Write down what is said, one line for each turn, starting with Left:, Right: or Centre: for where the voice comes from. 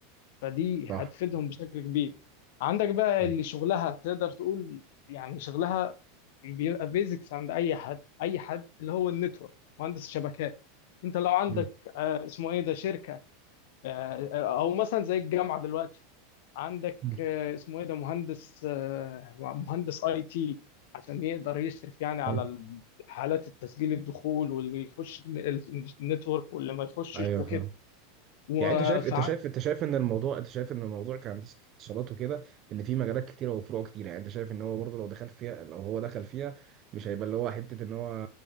Left: فدي
Right: صح
Left: هتفيدهم بشكل كبير عندك بقى
Right: صح
Left: اللي شغلها تقدر تقول يعني شغلها بيبقى بيزكس عند اي حد اي حد اللي هو النتورك مهندس الشبكات انت لو عندك
Right: مم.
Left: آه، اسمه ايه ده شركه آه، آه، او مثلا زي الجامعه دلوقتي عندك
Right: مم.
Left: آه، اسمه ايه ده مهندس آه، مهندس اي تي عشان يقدر يشرف يعني على
Right: صح.
Left: حالات التسجيل الدخول واللي يخش النتورك واللي ما يخشش
Right: ايوه
Left: وكده
Right: فاهم
Left: وف...
Right: يعني انت شايف انت شايف انت شايف ان الموضوع انت شايف ان الموضوع كهندسه اتصالات وكده ان في مجالات كتيره وفروع كتيره يعني انت شايف ان هو برضه لو دخل فيها لو هو دخل فيها مش هيبقى اللي هو حته ان هو